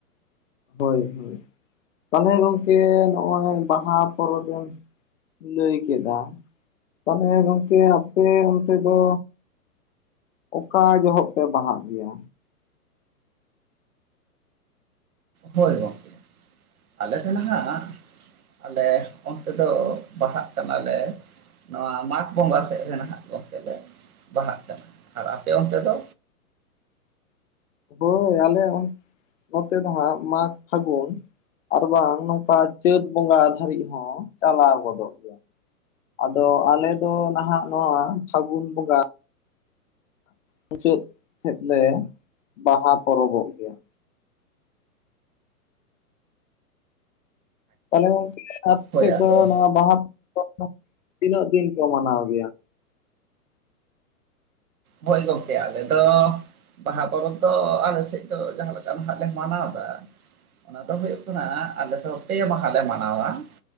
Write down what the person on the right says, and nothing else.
ᱦᱳᱭ ᱜᱚᱢᱠᱮ, <inaudible> ᱟᱞᱮ ᱫᱚ ᱱᱟᱦᱟᱜ ᱟᱞᱮ ᱚᱱᱛᱮ ᱫᱚ ᱵᱟᱦᱟᱜ ᱠᱟᱱᱟᱞᱮ ᱱᱚᱣᱟ ᱢᱟᱜᱽ ᱵᱚᱸᱜᱟ ᱥᱮᱫ ᱨᱮ ᱱᱟᱦᱟᱜ ᱜᱚᱝᱠᱮ ᱞᱮ ᱵᱟᱦᱟᱜ ᱠᱟᱱᱟ, ᱟᱨ ᱟᱯᱮ ᱚᱱᱛᱮ ᱫᱚ?
ᱦᱳᱭ
ᱟᱫᱚ
ᱦᱳᱭ ᱜᱚᱝᱠᱮ ᱟᱞᱮ ᱫᱚ ᱵᱟᱦᱟ ᱯᱚᱨᱚᱵᱽ ᱫᱚ ᱟᱞᱮ ᱥᱮᱫ ᱫᱚ ᱡᱟᱦᱟᱸ ᱞᱮᱠᱟ ᱱᱟᱦᱟᱜ ᱞᱮ ᱢᱟᱱᱟᱣ ᱮᱫᱟ ᱚᱱᱟ ᱫᱚ ᱦᱩᱭᱩᱜ ᱠᱟᱱᱟ ᱟᱞᱮ ᱫᱚ ᱯᱮ ᱢᱟᱦᱟ ᱞᱮ ᱢᱟᱱᱟᱣᱟ ᱾